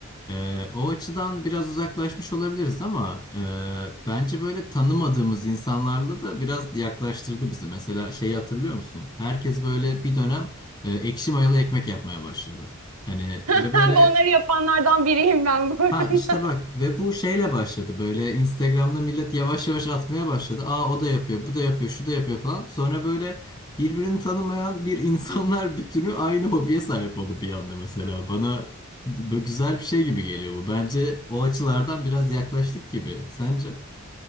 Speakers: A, on the left (about 20°); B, on the right (about 85°).
A: Ee, o açıdan biraz uzaklaşmış olabiliriz ama e, bence böyle tanımadığımız insanlarla da biraz yaklaştırdı bizi. Mesela şeyi hatırlıyor musun? Herkes böyle bir dönem e, ekşi mayalı ekmek yapmaya başladı. Hani
B: <laughs>
A: ve böyle
B: Onları yapanlardan biriyim ben bu arada.
A: Ha işte bak ve bu şeyle başladı böyle Instagram'da millet yavaş yavaş atmaya başladı. Aa o da yapıyor, bu da yapıyor, şu da yapıyor falan. Sonra böyle birbirini tanımayan bir insanlar <laughs> bütünü aynı hobiye sahip oldu bir anda mesela. Bana böyle güzel bir şey gibi geliyor bu. Bence o açılardan biraz yaklaştık gibi. Sence?